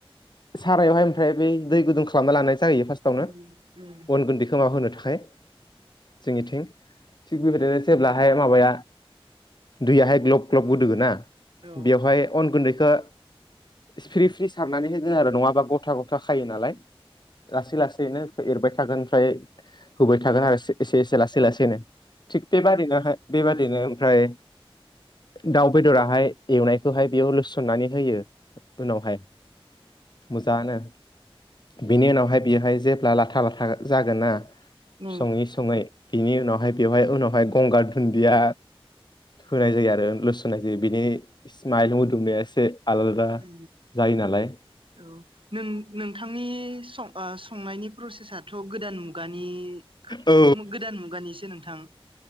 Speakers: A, on the left; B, on the right.
A: सारायावहाय ओमफ्राय बे दै गुदुं खालामना ला‌। नाम जायो फार्स्टआवनो
B: उम उम औ उम औ उम औ
A: अन गुन्दैखौ माबा होनो थाखाय। जोंनिथिं थिग बेबायदिनो जेब्लाहाय माबाया। दैुयाहाय ग्लब ग्लब गोदुयोना
B: औ ओं औ
A: बेवहाय अन गुन्दै। खो सफ्रि फ्रि सारनानै होगोन आरो नङाबा गथा गथा खायो नालाय। लासै लासैनो एरबाय थागोन ओमफ्राय। होबाय थागोन आरो एसे एसे लासै लासैनो थिग बेबादिनो। बेबादिनो ओमफ्राय। दाउ बेदराहाय एवनायखौहाय बेयाव लुसननानै होयो। उनावहाय मोजांनो बिनि उनावहाय बियोहाय जे। ला लाथा लाथा जागोन ना
B: उम
A: सङै सङै। बिनि उनावहाय बेवहाय उनावहाय गंगार दुन्दिया। होनाय जायो आरो लुसोनाय जायो बिनि। समाइल मोदुमनाया एसे आलादा
B: उम
A: जायो नालाय।
B: औ नों नोंथांनि संनायनि ओ प्रसेसाथ'। गोदान मुगानि खो।
A: औ
B: गोदान मुगानिसो नोंथां